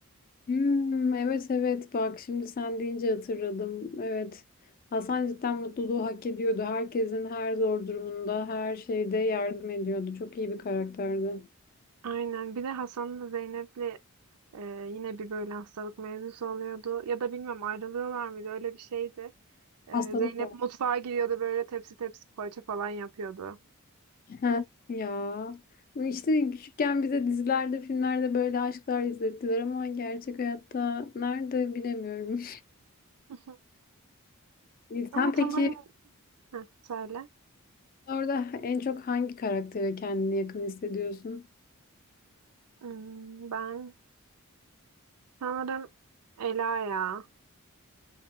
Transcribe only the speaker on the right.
Aynen. Bir de Hasan'la Zeynep'le e, yine bir böyle hastalık mevzusu oluyordu. Ya da bilmem ayrılıyorlar mıydı? Öyle bir şeydi. E,
Zeynep
mutfağa giriyordu böyle tepsi tepsi poğaça falan yapıyordu.
<laughs>
Ama
tamamen...
Heh, söyle.
Hmm, ben sanırım Ela ya.